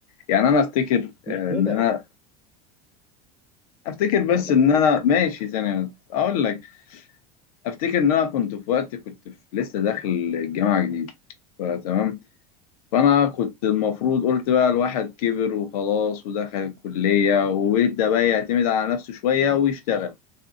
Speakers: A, on the left; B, in the centre.
A: يعني انا افتكر آه،
B: مش كده
A: ان انا افتكر
B: لا
A: بس
B: لا
A: ان
B: مش
A: انا ماشي ثانية اقول لك افتكر ان انا كنت في وقت كنت في لسه داخل الجامعة جديد فتمام فانا كنت المفروض قلت بقى الواحد كبر وخلاص ودخل الكلية ويبدأ بقى يعتمد على نفسه شوية ويشتغل